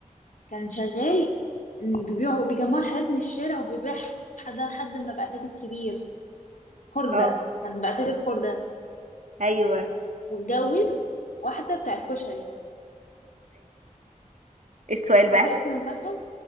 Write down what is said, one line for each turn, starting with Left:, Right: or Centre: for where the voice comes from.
Left: كان شغال إن بيبيعوا بيجمعوا الحاجات من الشارع وبيبيع حد حد ما بقى تاجر كبير خردة
Right: اه
Left: كان بقى تاجر خردة
Right: ايوه ايوه
Left: واتجوز واحدة بتاعت كشري
Right: إيه السؤال بقى
Left: فاكرة اسم المسلسل؟